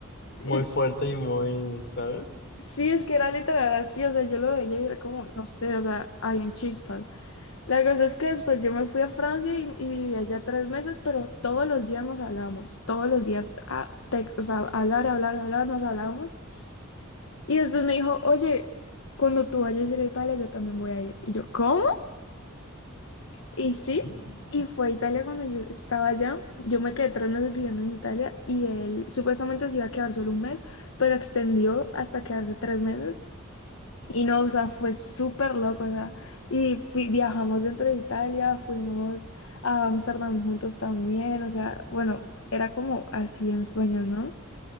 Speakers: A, on the left; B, on the left.
A: muy
B: es-
A: fuerte y muy, ¿sabes?
B: sí, es que era literal así, o sea, yo lo veía y era como, no sé, o sea, habían chispas. La cosa es que después yo me fui a Francia y, y viví allá tres meses, pero todos los días nos hablábamos, todos los días, a text, o sea, hablar, hablar, hablar, nos hablábamos. Y después me dijo, oye, cuando tú vayas a ir a Italia, yo también voy a ir. Y yo, ¿cómo? Y sí,
A: Mm.
B: y fue a Italia cuando yo estaba allá. Yo me quedé tres meses viviendo en Italia y él supuestamente se iba a quedar solo un mes, pero extendió hasta quedarse tres meses. Y no, o sea, fue súper loco, o sea, y fui, viajamos dentro de Italia, fuimos a Amsterdam juntos también, o sea, bueno, era como así en sueños, ¿no?